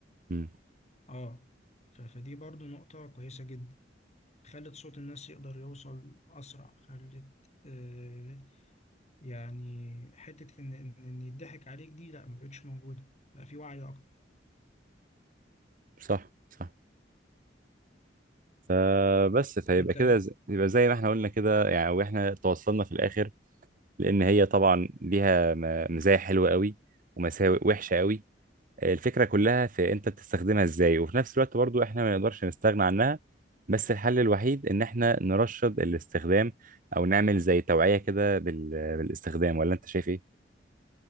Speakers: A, on the right (about 50°); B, on the left (about 40°).
A: امم
B: اه ف- فدي برضو نقطة كويسة جدا خلت صوت الناس يقدر يوصل أسرع خلت آه يعني حتة إن إن إن يضحك عليك دي لا ما بقتش موجودة بقى في وعي أكتر
A: صح صح فبس فيبقى
B: أنت
A: كده ز- يبقى زي ما احنا قلنا كده يعني واحنا توصلنا في الاخر لان هي طبعا ليها م- مزايا حلوه قوي ومساوئ وحشه قوي الفكره كلها في انت بتستخدمها ازاي وفي نفس الوقت برضو احنا ما نقدرش نستغنى عنها بس الحل الوحيد ان احنا نرشد الاستخدام او نعمل زي توعيه كده بال... بالاستخدام ولا انت شايف ايه